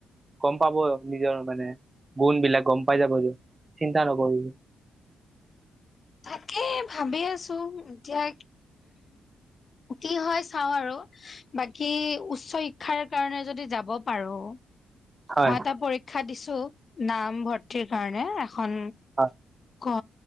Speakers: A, on the right; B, on the left.
A: গম পাব নিজৰ মানে গুণবিলাক গম পাই যাব যে চিন্তা নকৰিবি
B: তাকে ভাবি আছো এতিয়া কি হয় চাওঁ আৰু বাকী উচ্চ শিক্ষাৰ কাৰণে যদি যাব পাৰো
A: হয়
B: মই এটা পৰীক্ষা দিছো নাম ভৰ্তিৰ কাৰনে ৰা এখন
A: হয়
B: ক